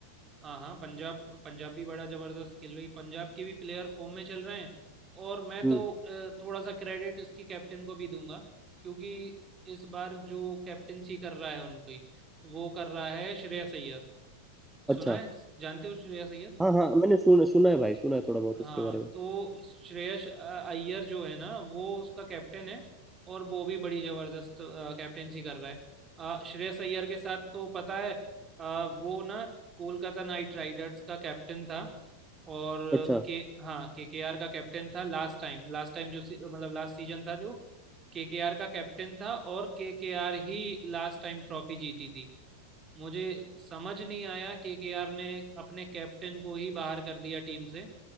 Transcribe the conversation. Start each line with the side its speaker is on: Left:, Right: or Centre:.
Right: हाँ हाँ पंजाब पंजाब भी बड़ा जबरदस्त खेल रही है पंजाब के भी प्लेयर फॉर्म में चल रहे हैं और मैं
Centre: हम्म
Right: तो अ, थोड़ा सा क्रेडिट इसकी कैप्टन को भी दूंगा क्योंकि इस बार जो कैप्टेंसी कर रहा है उनकी वो कर रहा है श्रेयस अय्यर
Centre: अच्छा
Right: सुना है जानते हो श्रेयस अय्यर
Centre: हाँ हाँ मैंने सुना सुना है भाई सुना है थोड़ा बहुत
Right: हाँ
Centre: उसके बारे में
Right: तो श्रेयस अ, अय्यर जो है ना वो उसका कैप्टन है और वो भी बड़ी जबरदस्त कैप्टेंसी कर रहा है अ, श्रेयस अय्यर के साथ तो पता है अ, वो ना कोलकाता नाइट राइडर्स का कैप्टन था और
Centre: अच्छा
Right: के हाँ के के आर का कैप्टन था लास्ट टाइम लास्ट टाइम जो सी- मतलब लास्ट सीजन था जो के के आर का कैप्टन था और के के आर ही लास्ट टाइम ट्रॉफी जीती थी मुझे समझ नहीं आया के के आर ने अपने कैप्टन को ही बाहर कर दिया टीम से